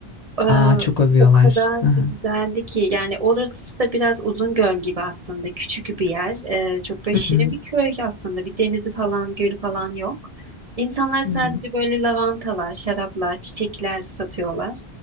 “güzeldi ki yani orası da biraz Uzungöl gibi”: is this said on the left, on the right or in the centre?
Right